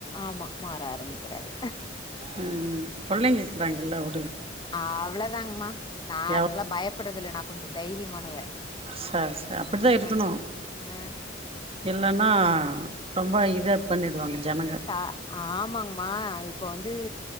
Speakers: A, on the left; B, on the right.
A: ஆமா மாற ஆரம்பிக்கிறாரு
B: ம் ம் புள்ளைங்க இருக்குறாங்கல்ல உடு
A: அவ்வளதாங்மா நா
B: எவ்
A: அதுக்லா பயப்புட்றதுல்ல நா கொஞ்சோ தைரியமானவ
B: சர் சர் அப்பட்தா இருக்குணு
A: அ ஆ
B: இல்லன்னா ரொம்ப இத பண்ணிடுவாங்க ஜனங்க
A: அ ஆமாங்மா இப்போ வந்து